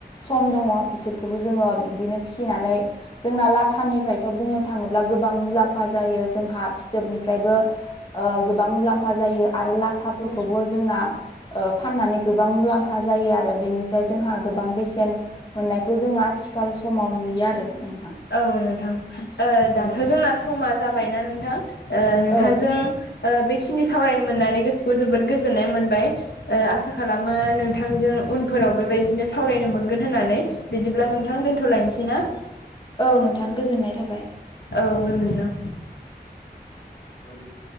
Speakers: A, on the left (about 30°); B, on the left (about 85°).
A: सम दङ बिसोरखौबो जोङो बिदिनो फिसिनानै जोंना लाथानिफ्रायथ' बुंनो थाङोब्ला गोबां मुलाम्फा जायो जोंहा फिथोबनिफ्रायबो ओ गोबां मुलाम्फा जायो आरो लाथाफोरखौबो
B: औ
A: जोंना ओ फाननानै गोबां मुलाम फा जायो आरो बेनिफ्राय जोंहा गोबां बेसेन मोननायखौ जोङो आथिखाल समाव नुयो आरो नोंथां
B: औ नोंथां ओ दाथ'
A: औ
B: जोंना समा जाबायना नोंथां नोंथांजों
A: औ
B: ओ बेखिनि सावरायनो मोननानै गोसोखौ जोबोद गोजोननाय मोनबाय ओ आसा खालामो नोंथांजों उनफोराव बेबायदिनो सावरायनो मोनगोन होननानै बिदिब्ला नोंथां दोन्थ'लायनोसै ना
A: औ नोंथां गोजोननाय थाबाय
B: औ गोजोन्थों
A: <unintelligible>